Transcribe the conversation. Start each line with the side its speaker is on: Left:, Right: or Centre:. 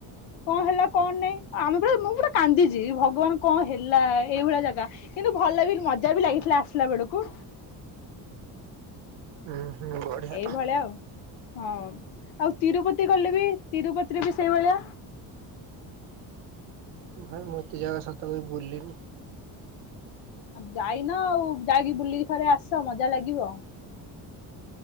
Left: କଣ ହେଲା କଣ ନାଇଁ ଆମେ ପ ମୁଁ ପୋଟେ କାନ୍ଦିଛି ଭଗବାନ କଣ ହେଲା ଏଇଭଳିଆ ଜାଗା କିନ୍ତୁ ଭଲ ବି ମଜା ବି ଲାଗିଥିଲା ଆସିଲା ବେଳକୁ।
Right: ହୁଁ ହୁଁ। ବଢିଆ
Left: ଏଇଭଳିଆ ଆଉ ହଁ ଆଉ ତିରୁପତି ଗଲେ ବି ତିରୁପତିରେ ବି ସେଇଭଳିଆ।
Right: ଭାଇ ମୋତେ ଜାଗା ସତକ ବୁଲିନି।
Left: ଯାଇନ ଆଉ ଯାଇକି ବୁଲିକି ଥରେ ଆସ ମଜା ଲାଗିବ।